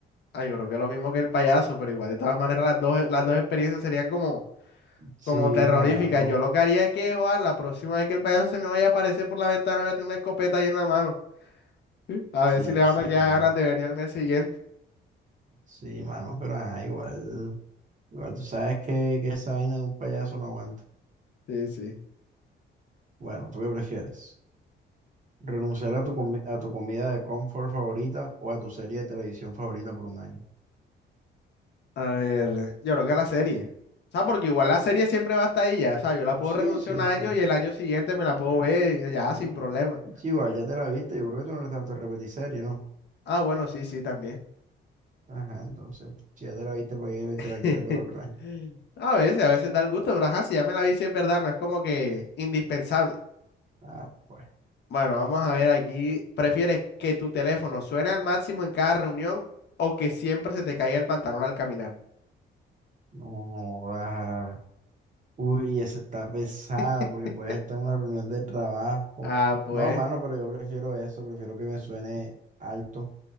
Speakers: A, on the left (about 60°); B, on the right (about 40°).
A: Ay, yo creo que es lo mismo que el payaso, pero igual de todas maneras las dos, las dos experiencias serían como,
B: Sí,
A: como terroríficas.
B: mano.
A: Yo lo que haría es que, joder, la próxima vez que el payaso se me vaya a aparecer por la ventana, voy a tener una escopeta ahí en la mano. ¿Sí? A
B: Sí,
A: ver si le van
B: sí,
A: a quedar
B: mano.
A: ganas de venir al mes siguiente.
B: Sí, mano, pero ajá, igual. Igual tú sabes que, que esa vaina de un payaso no aguanta.
A: Sí, sí.
B: Bueno, ¿tú qué prefieres? Renunciar a tu, comi- a tu comida de confort favorita o a tu serie de televisión favorita por un año.
A: A ver, yo creo que la serie. O sea, porque igual la serie siempre va hasta estar ahí ya. O sea, yo la puedo
B: Sí,
A: renunciar
B: sí,
A: un año
B: sí.
A: y el año siguiente me la puedo
B: Ah,
A: ver ya
B: y,
A: sin problema.
B: y- y chico, ya te la viste, yo creo que tú no eres tanto de repetir serie, ¿no?
A: Ah, bueno, sí, sí, también.
B: Ajá, entonces, si ya te la viste, ¿para qué
A: <laughs>
B: te la quieres ver otro año?
A: A veces, a veces da el gusto, pero ajá, si ya me la vi, si es verdad, no es como que indispensable.
B: Ah, pues,
A: Bueno, vamos a ver aquí. ¿Prefieres que tu teléfono suene al máximo en cada reunión o que siempre se te caiga el pantalón al caminar?
B: no jodas. Uy, esa está pesada
A: <laughs>
B: porque puedes estar en una reunión de trabajo.
A: Ah, pues.
B: No, mano, pero yo prefiero eso, prefiero que me suene alto.